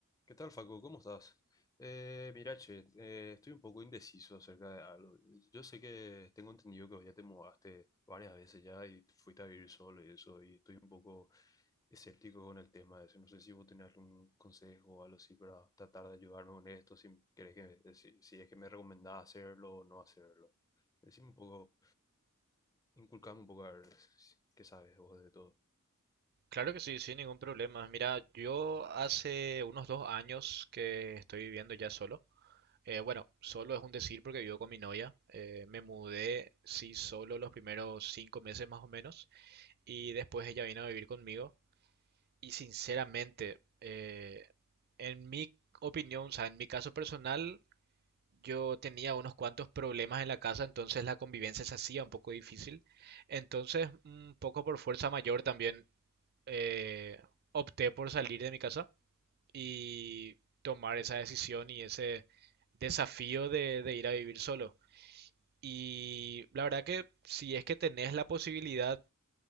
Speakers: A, on the left; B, on the right.
A: ¿Qué tal, Facu? ¿Cómo estás? Eh, mira, che, eh, estoy un poco indeciso acerca de algo. Yo sé que tengo entendido que vos ya te mudaste varias veces ya y fuiste a vivir solo y eso, y estoy un poco escéptico con el tema de eso. No sé si vos tenés algún consejo o algo así para tratar de ayudarme con esto, si querés que, me- si, si es que me recomendás hacerlo o no hacerlo. Decime un poco, inculcame un poco a ver si- qué sabes vos de todo.
B: Claro que sí, sin ningún problema. Mira, yo hace unos dos años que estoy viviendo ya solo. Eh, bueno, solo es un decir porque vivo con mi novia. Eh, me mudé, sí, solo los primeros cinco meses más o menos. Y después ella vino a vivir conmigo. Y sinceramente, eh, en mi opinión, o sea, en mi caso personal, yo tenía unos cuantos problemas en la casa, entonces la convivencia se hacía un poco difícil. Entonces, un poco por fuerza mayor también eh, opté por salir de mi casa y tomar esa decisión y ese desafío de, de ir a vivir solo. Y la verdad que si es que tenés la posibilidad,